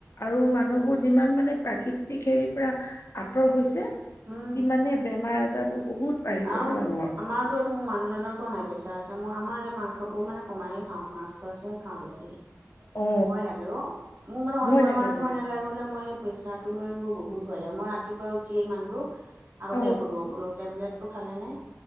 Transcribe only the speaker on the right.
উম,
আৰু
আমাৰতো এইটো মোৰ মানুহজনৰতো হাই প্ৰেচাৰ আছে। মই আমাৰ এই মাংসটো মানে কমাই খাওঁ। মাছ চাছে খাওঁ বেছি।
ভয় লাগে অ'। মোৰ মানে অ',
বৰমাহটো
ভয়
নালাগে। মই প্ৰেচাটো লৈ মোৰ বহুত ভয় লাগে মই ৰাতিপুৱা উঠিয়েই এই মানুহটো আগতে
সোধো বোলো টেবলেটটো খালানে?